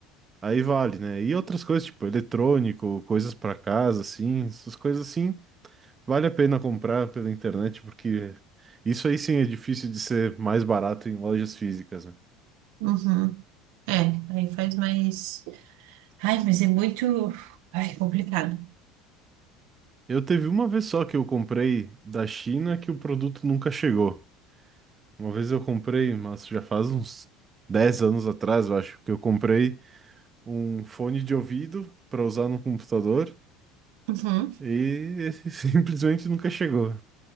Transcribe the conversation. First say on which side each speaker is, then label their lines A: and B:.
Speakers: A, on the right (about 30°); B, on the right (about 75°).
A: Aí vale, né? E outras coisas tipo eletrônico, coisas pra casa assim, essas coisas assim, vale a pena comprar pela internet porque isso aí sim é difícil de ser mais barato em lojas físicas, né?
B: Uhum. É, aí faz mais. Ai, mas é muito. Ai, complicado.
A: Eu teve uma vez só que eu comprei da China que o produto nunca chegou. Uma vez eu comprei, mas já faz uns 10 anos atrás, eu acho, que eu comprei um fone de ouvido para usar no computador
B: Uhum.
A: e <laughs> simplesmente nunca chegou.